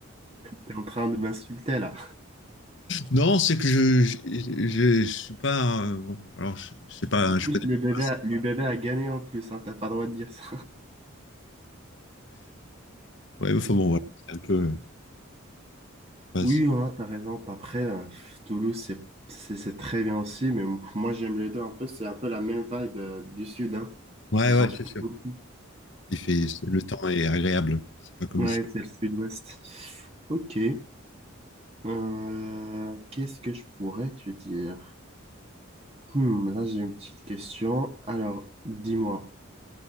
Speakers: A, on the right; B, on the left.
A: T'es en train de m'insulter là.
B: Non, c'est que je, je, je, je suis pas. euh, bon, alors, je, je sais pas,
A: En
B: hein,
A: plus,
B: je connais
A: le bébé
B: pas.
A: a, le bébé a gagné en plus, hein, t'as pas le droit de dire ça.
B: Ouais, enfin bon, voilà, c'est un peu. ouais,
A: Oui,
B: c'est-
A: hein, t'as raison. Après, euh, Toulouse, c'est c'est- c'est très bien aussi, mais m- moi, j'aime les deux un peu. C'est un peu la même vibe euh, du sud, hein.
B: ouais,
A: Ça
B: ouais,
A: change
B: c'est
A: pas
B: sûr.
A: beaucoup.
B: Il fait, c'est- le temps est agréable. C'est pas comme
A: Ouais,
B: ici.
A: c'est le sud-ouest. Ok. Euh, qu'est-ce que je pourrais te dire? Hmm, là, j'ai une petite question. Alors, dis-moi,